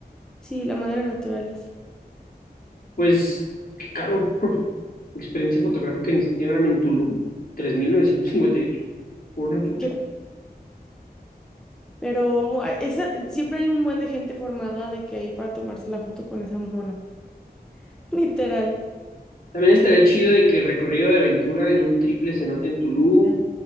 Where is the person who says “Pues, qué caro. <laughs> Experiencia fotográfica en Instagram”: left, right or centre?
Left